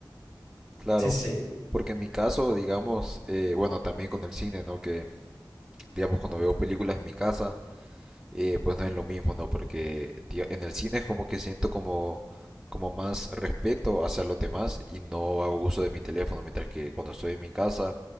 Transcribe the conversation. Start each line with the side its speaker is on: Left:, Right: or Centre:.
Centre: claro,
Left: sí, sí, sí,
Centre: porque en mi caso, digamos, eh, bueno, también con el cine, ¿no? Que, digamos, cuando veo películas en mi casa, eh, pues no es lo mismo, ¿no? Porque tío, en el cine es como que siento como, como más respeto hacia los demás y no hago uso de mi teléfono, mientras que cuando estoy en mi casa